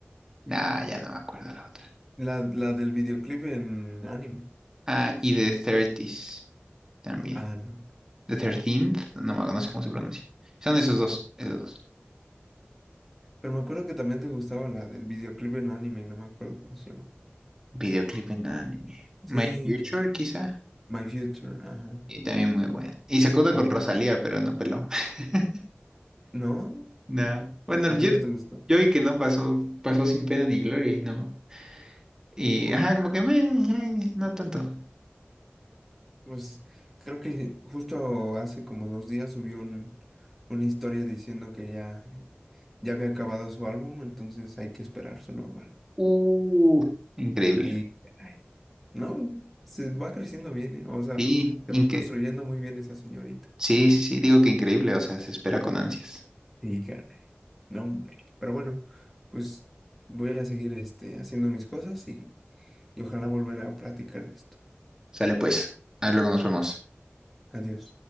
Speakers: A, on the right (about 15°); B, in the centre.
A: Nah, ya no me acuerdo la otra.
B: La, la del videoclip en anime.
A: Ah, y The thirties también.
B: Ah, no.
A: The thirteenth, no, me- no sé cómo se pronuncia. Son esos dos, esos dos.
B: Pero me acuerdo que también te gustaba la del videoclip en anime, no me acuerdo cómo se llama.
A: Videoclip en anime. My
B: Sí,
A: Future,
B: que.
A: quizá.
B: My Future, ajá.
A: Y también muy bueno. Y se acuda
B: Tam-
A: con Rosalía, pero no peló. <laughs>
B: ¿No?
A: Nah. Bueno,
B: ¿A
A: yo,
B: ti no te gustó?
A: yo vi que no pasó, pasó sin pena ni gloria y no. Y ajá, como que meh, meh, no tanto.
B: Pues creo que justo hace como dos días subió un- una historia diciendo que ya, ya había acabado su álbum, entonces hay que esperar su nuevo álbum.
A: Uh, increíble.
B: Sí. No, se va creciendo bien, ¿eh? O sea,
A: Sí,
B: se
A: inque-
B: va construyendo muy bien esa señorita.
A: sí, sí, sí, digo que increíble, o sea, se espera con ansias.
B: Y caray, no, hombre. Pero bueno, pues voy a seguir este, haciendo mis cosas y, y ojalá volver a platicar de esto.
A: Sale pues, ahí luego nos vemos.
B: Adiós.